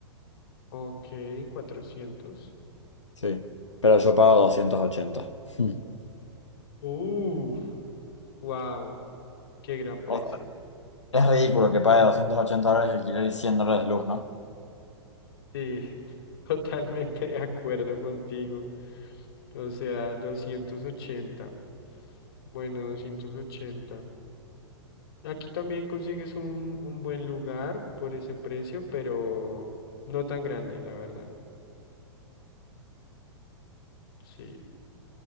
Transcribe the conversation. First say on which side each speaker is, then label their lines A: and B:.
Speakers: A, on the left; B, on the left.
A: Ok, cuatrocientos.
B: Sí, pero yo pago 280. Mm. <laughs>
A: Uf, wow, qué gran precio.
B: O sea, es ridículo que pague 280 dólares de alquiler y 100 dólares de luz, ¿no?
A: Sí, <laughs> totalmente de acuerdo contigo. O sea, 280. Bueno, 280. Aquí también consigues un, un buen lugar por ese precio, pero no tan grande, la verdad. Sí,